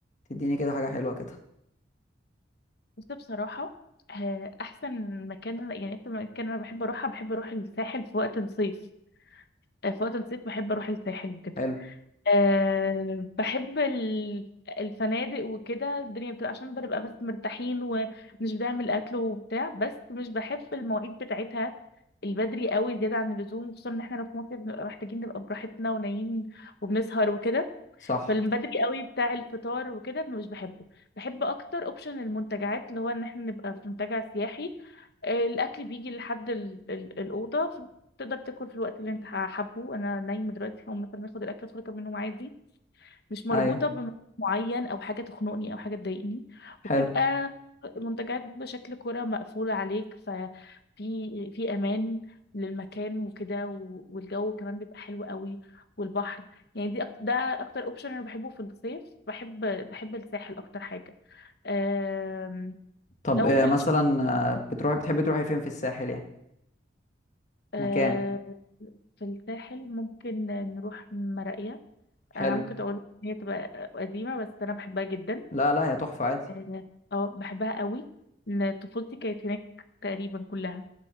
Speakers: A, on the left (about 40°); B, on the left (about 55°).
A: تديني كده حاجه حلوه كده
B: بص بصراحة آه، احسن مكان يعني انت مكان انا بحب اروحها بحب اروح الساحل في وقت الصيف آه، في وقت الصيف بحب اروح الساحل وكده
A: حلو
B: أه بحب ال- الفنادق وكده الدنيا بتبقى عشان بنبقى بس مرتاحين ومش بنعمل اكل وبتاع بس مش بحب المواعيد بتاعتها البدري قوي زيادة عن اللزوم خصوصا ان احنا لو في مصر بنبقى محتاجين نبقى براحتنا ونايمين وبنسهر وكده
A: صح
B: فالبدري قوي بتاع الفطار وكده مش بحبه بحب اكتر اوبشن المنتجعات اللي هو ان احنا نبقى في منتجع سياحي آه، الاكل بيجي لحد ال- ال- الاوضه ف- تقدر تاكل في الوقت اللي انت حابه انا نايمه دلوقتي هقوم مثلا اخد الاكل ادخل اكمل نوم عادي مش مربوطة
A: ايوه
B: بمكان معين أو حاجة تخنقني أو حاجة تضايقني وبتبقى
A: حلو
B: منتجات بشكل كرة مقفولة عليك ففي في أمان للمكان وكده و- والجو كمان بيبقى حلو قوي والبحر يعني دي أكتر ده أكتر أوبشن أنا بحبه في الصيف بحب بحب الساحل أكتر حاجة أم...
A: طب
B: لو
A: إيه
B: في الش...
A: مثلا آه، بتروحي بتحبي تروحي فين في الساحل يعني
B: أم...
A: مكان
B: في الساحل ممكن نروح مراقية
A: حلو
B: أنا ممكن أقول إن هي تبقى قديمة بس أنا بحبها جدا
A: لا لا يا تحفه عادي
B: اه آه، بحبها قوي إن طفولتي كانت هناك تقريبا كلها